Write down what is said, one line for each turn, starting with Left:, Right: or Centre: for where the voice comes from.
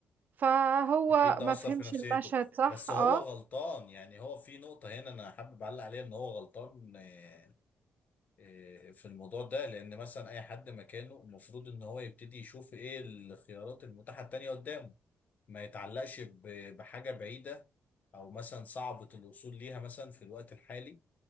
Right: فهو
Left: اكيد ده
Right: ما
Left: أثر
Right: فهمش
Left: في نفسيته
Right: المشهد صح
Left: بس
Right: اه
Left: هو غلطان يعني هو في نقطة هنا انا حابب اعلق عليها ان هو غلطان آه، آه، في الموضوع ده لان مثلا اي حد مكانه المفروض ان هو يبتدي يشوف ايه الخيارات المتاحة التانية قدامه ما يتعلقش ب- بحاجة بعيدة أو مثلا صعبة الوصول ليها مثلا في الوقت الحالي